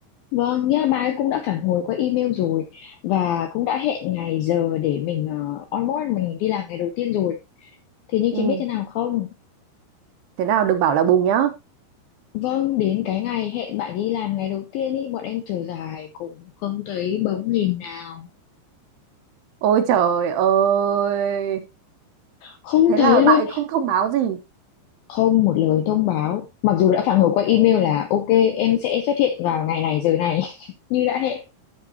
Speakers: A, on the left (about 80°); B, on the right (about 75°).
A: vâng nghĩa là bà ấy cũng đã phản hồi qua email rồi và cũng đã hẹn ngày giờ để mình uh, onboard mình đi làm ngày đầu tiên rồi thế nhưng
B: Ừ,
A: chị biết thế nào không
B: thế nào đừng bảo là bùng nhá.
A: vâng đến cái ngày hẹn bạn đi làm ngày đầu tiên ý bọn em chờ dài cũng không thấy bóng hình nào
B: Ôi trời ơi.
A: không
B: Thế
A: thấy
B: là bạn
A: luôn
B: ấy không thông báo gì.
A: không một lời thông báo mặc dù đã phản hồi qua email là ok em sẽ xuất hiện vào ngày này giờ này <laughs> như đã hẹn